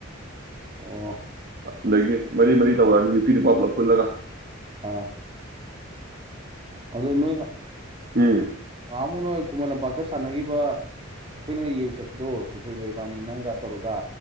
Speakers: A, on the right; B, on the right.
A: ꯑꯣ
B: ꯑꯗꯒꯤ ꯃꯔꯤ ꯃꯔꯤ ꯇꯧꯔꯛꯑꯗꯤ ꯅꯨꯄꯤ ꯅꯨꯄꯥ ꯄꯨꯂꯞ ꯄꯨꯜꯂꯒ
A: ꯑꯥ ꯑꯗꯨ ꯅꯣꯏꯍ
B: ꯎꯝ
A: ꯉꯍꯥꯃꯨꯛ ꯅꯣꯏ ꯈꯨꯃꯟ ꯂꯝꯄꯥꯛꯇ ꯁꯥꯟꯅꯈꯤꯕ ꯑꯩꯈꯣꯏꯅꯒ ꯌꯦꯡ ꯆꯠꯄꯗꯣ ꯊꯣꯏꯊꯣꯏꯕ ꯏꯕꯥꯅꯤ ꯅꯪꯒ ꯇꯧꯔꯒ